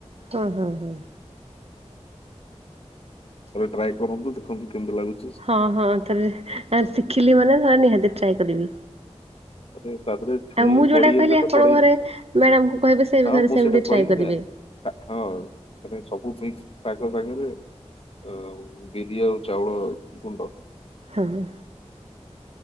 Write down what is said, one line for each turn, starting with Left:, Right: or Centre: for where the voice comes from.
Right: ହୁଁ ହୁଁ ହୁଁ।
Left: ଥରେ ଟ୍ରାଏ କରନ୍ତୁ ଦେଖନ୍ତୁ କେମିତି ଲାଗୁ
Right: ହଁ ହଁ ଥରେ ଆ ଶିଖିଲି ମାନେ ହଁ ନିହାତି ଟ୍ରାଏ କରିବି।
Left: ମାନେ ତା ଦେହରେ ଛୁଇଁ
Right: ଆଉ ମୁଁ ଯୋଉଟା
Left: ବଡି ହେରିକା
Right: କହିଲି
Left: ତ
Right: ଆପଣଙ୍କ
Left: ପଡେ
Right: ଘରେ ମ୍ୟାଡାମ୍ କୁ କହିବେ ସେ
Left: ହଁ
Right: ବି ଘରେ
Left: ମୁଁ
Right: ସେମିତି
Left: ସେଇଟା କହିବି
Right: ଟ୍ରାଏ କରିବେ।
Left: ନା। <unintelligible> ମାନେ ସବୁ ମିକ୍ସ ପାଗ ସାଙ୍ଗରେ ଆ ବିରି ଆଉ ଚାଉଳ ଗୁଣ୍ଡ
Right: ହଁ।